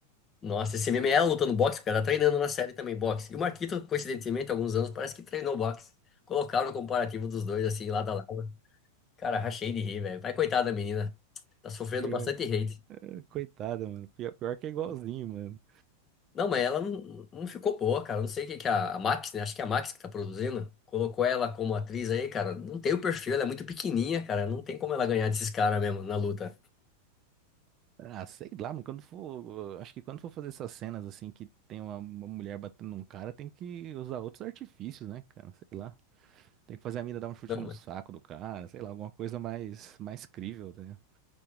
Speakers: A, on the left; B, on the right.
A: Nossa, esse meme é lutando no boxe, o cara tá treinando na série também boxe. E o Marquito, coincidentemente, há alguns anos, parece que treinou boxe. Colocaram o comparativo dos dois, assim, lado a lado. Cara, rachei de rir, velho. Vai, coitada da menina. Tá sofrendo
B: Pior-
A: bastante hate.
B: Coitada, mano. Pior, pior que é igualzinho, mano.
A: Não, mas ela não, não ficou boa, cara. Não sei o que que a, a Max, né? Acho que é a Max que tá produzindo. Colocou ela como atriz aí, cara. Não tem o perfil, ela é muito pequenininha, cara. Não tem como ela ganhar desses caras mesmo na luta.
B: Ah, sei lá, mano. Quando for. Acho que quando for fazer essas cenas assim que tem uma, uma mulher batendo num cara, tem que usar outros artifícios, né, cara? Sei lá. Tem que fazer a mina dar um chute
A: Não,
B: no saco do cara, sei lá, alguma coisa mais, mais crível, né?